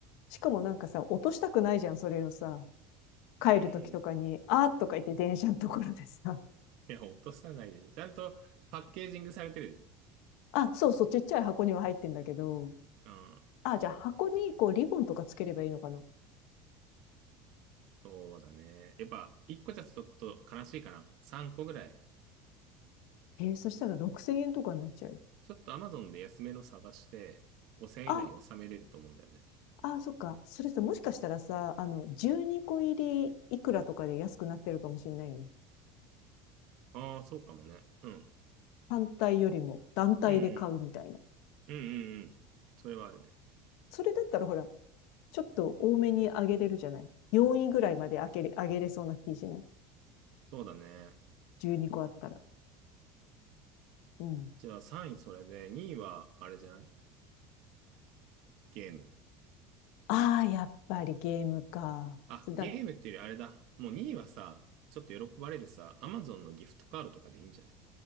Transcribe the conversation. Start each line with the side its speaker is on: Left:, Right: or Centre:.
Left: しかもなんかさ、落としたくないじゃん、それをさ。帰る時とかに、
Right: うん。い
Left: あーとか言って電車のところでさ。
Right: や、落とさないでしょ。ちゃんとパッケージングされてるでしょ。
Left: あ、そうそう、ちっちゃい箱には入ってんだけど、
Right: うん。
Left: あ、じゃあ箱にこうリボンとかつければいいのかな。
Right: そうだね。やっぱ、1個じゃちょっと悲しいかな。3個ぐらい。
Left: えーそしたら6000円とかになっちゃうよ。
Right: ちょっと Amazon で安めの探して、5000以内に収めれると思うんだよね。
Left: あ、あ、そっか。それさ、もしかしたらさ、あの、12個入りいくらとかで安くなってるかもしれないよね。
Right: ああ、そうかもね。うん。
Left: 単体よりも団体で買うみたいな。
Right: うんうん。うんうんうん。それはあるね。
Left: それだったらほら、ちょっと多めに上げれるじゃない。4位ぐらいまで上げれ、上げれそうな気しない。
Right: そうだね。
Left: 12個あったら。うん。
Right: じゃあ3位それで、2位はあれじゃないゲーム。
Left: ああ、やっぱりゲームか。
Right: あ、
Left: だ、
Right: ゲームっていうよりあれだ。もう2位はさ、ちょっと喜ばれるさ、Amazon のギフトカードとかでいいんじゃない